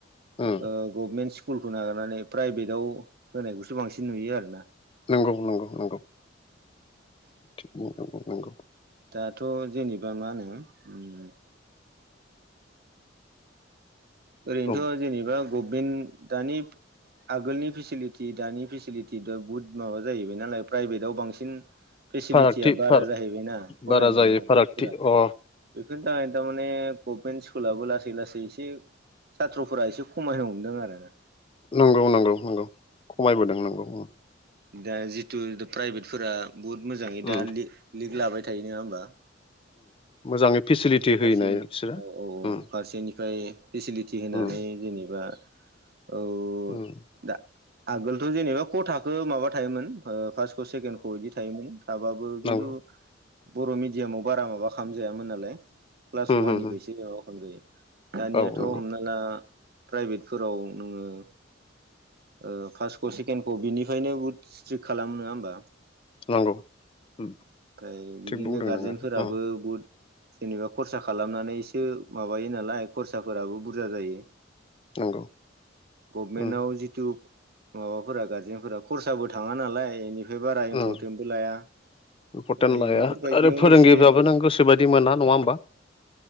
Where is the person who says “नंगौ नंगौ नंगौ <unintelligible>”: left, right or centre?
Left